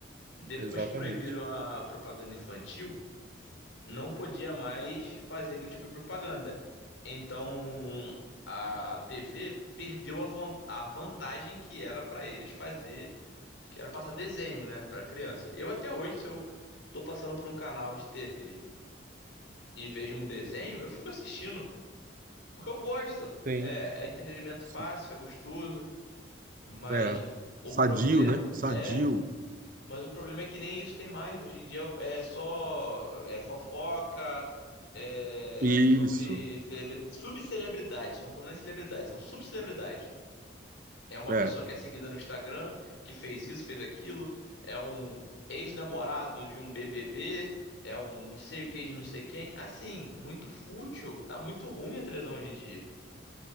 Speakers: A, on the left; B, on the right.
A: Depois
B: exatamente.
A: que proibiram a propaganda infantil, não podia mais fazer aquele tipo de propaganda. Então a TV perdeu a, von- a vantagem que era para eles fazer, que era passar desenho, né, para criança. Eu até hoje, se eu tô passando por um canal de TV e vejo um desenho, eu fico assistindo, porque eu gosto.
B: Tem.
A: É, é entretenimento
B: sim.
A: fácil, é gostoso, mas
B: É.
A: o
B: Sadio,
A: problema
B: né? Sadio.
A: é Mas o problema é que nem isso tem mais. Hoje em dia é só é fofoca, é
B: Isso.
A: sobre celebre... subcelebridades. Não são nem celebridades, são subcelebridades. É uma
B: É,
A: pessoa que é seguida no Instagram, que fez isso, fez aquilo. É um ex-namorado de um BBB. É um não sei o que de não sei quem. Assim, muito fútil. Tá muito ruim a televisão hoje em dia.